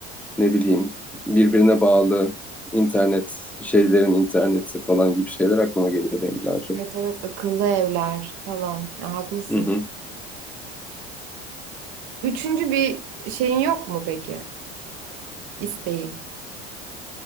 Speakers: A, in the centre; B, on the right.
A: ne bileyim birbirine bağlı internet şeylerin interneti falan gibi şeyler aklıma geliyor benim daha çok.
B: Evet evet akıllı evler falan. Ya, haklısın.
A: Hı hı.
B: Üçüncü bir şeyin yok mu peki? İsteğin.